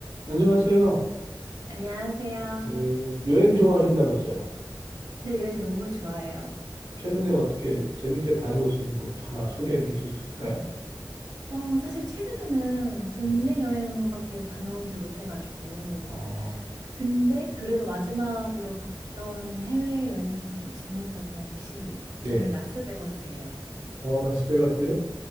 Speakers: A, on the right (about 80°); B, on the right (about 60°).
A: 안녕하세요.
B: 안녕하세요.
A: 네, 여행 좋아하신다면서요.
B: 네, 여행 너무 좋아해요.
A: 최근에 어떻게 재밌게 다녀오신 곳 하나 소개해 줄 수 있을까요?
B: 어, 사실 최근에는 국내
A: 네.
B: 여행밖에 다녀온질 못해가지고.
A: 어,
B: 근데 그래도 마지막으로 갔던 해외 여행 중에 좀 재미있었던 곳이
A: 네.
B: 저는 라스베거스예요.
A: 어, 라스베가스요?